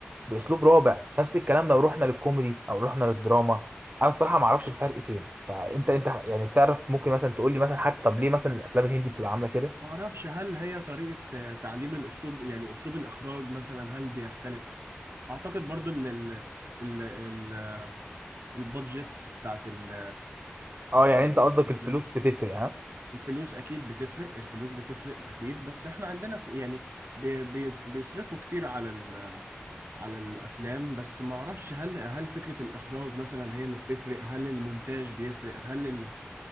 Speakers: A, on the right; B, on the right.
A: باسلوب رابع نفس الكلام لو رحنا للكوميدي او رحنا للدراما انا الصراحه ما اعرفش الفرق فين فانت انت يعني تعرف ممكن مثلا تقول لي مثلا حتى طب ليه مثلا الافلام الهندي بتبقى عامله كده
B: ما اعرفش هل هي طريقة آه، تعليم الاسلوب يعني اسلوب الاخراج مثلا هل بيختلف اعتقد برضو ان ال ال ال البادجت بتاعت ال
A: اه يعني
B: ال-
A: انت قصدك الفلوس بتفرق ها
B: الفلوس اكيد بتفرق الفلوس بتفرق اكيد بس احنا عندنا في يعني بي- بي- بيصرفوا كتير على ال على الافلام بس ما اعرفش هل هل فكرة الاخراج مثلا هي اللي بتفرق هل المونتاج بيفرق هل ال